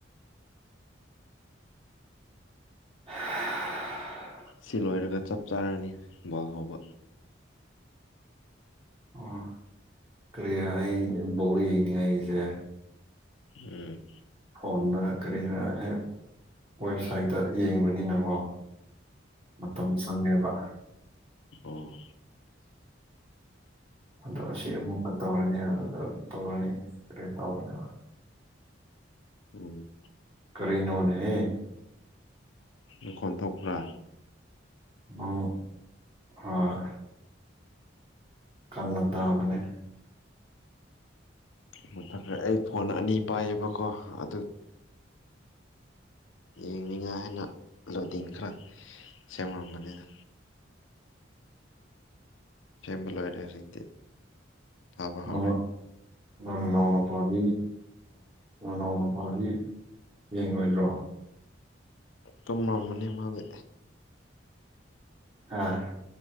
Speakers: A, on the right; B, on the left.
A: ꯑ
B: ꯁꯤ ꯂꯣꯏꯔꯒ ꯆꯞ ꯆꯥꯔꯅꯤ ꯕꯣꯜ ꯍꯧꯕ
A: ꯑꯣ ꯀꯔꯤ ꯑꯩ ꯕꯥꯎ ꯌꯦꯡꯉ ꯑꯩꯁꯦ
B: ꯎꯝ
A: ꯐꯣꯟꯗ ꯀꯔꯤꯅ ꯑꯦ ꯋꯦꯕꯁꯥꯏꯠꯇ ꯌꯦꯡꯕꯅꯤꯅꯀꯣ ꯃꯣꯝ ꯁꯅꯦ꯭ꯔ
B: ꯎ
A: ꯑꯗꯣ ꯑꯁꯤ ꯑꯃꯨꯛꯀ ꯇꯧꯔꯅꯤ ꯑꯗꯨꯗ ꯇꯧꯔꯅꯤ ꯇꯧꯕꯅꯦꯕ
B: ꯎꯝ
A: ꯀꯔꯤꯅꯣꯅꯦꯍ
B: ꯂꯨ ꯈꯣꯟ ꯊꯣꯛꯄ꯭ꯔꯥ
A: ꯑ ꯍ ꯀꯟꯅ ꯇꯥꯕꯅꯦ
B: ꯃꯊ ꯑꯩ ꯐꯣꯟ ꯑꯅꯤ ꯄꯥꯏꯌꯦꯕꯀꯣ ꯑꯗꯨ ꯌꯦꯡꯅꯤꯡꯉꯥꯏ ꯍꯥꯏꯅ ꯂꯗꯤꯡ ꯈꯔ ꯁꯦꯝꯃ ꯃꯅꯤꯗ ꯁꯦꯝꯕ ꯂꯣꯏꯔꯦ ꯍꯧꯖꯤꯛꯇꯤ ꯊꯥꯕ
A: ꯅꯣꯡꯃ
B: ꯍꯧꯔꯦ
A: ꯅꯪ ꯅꯧꯅꯄꯥꯒꯤ ꯅꯧꯅꯄꯥꯒꯤ ꯌꯦꯡꯉꯣꯏꯗ꯭ꯔꯣ
B: ꯇꯨꯝꯃꯝꯃꯅꯤ ꯃꯥꯗꯤ
A: ꯑꯥ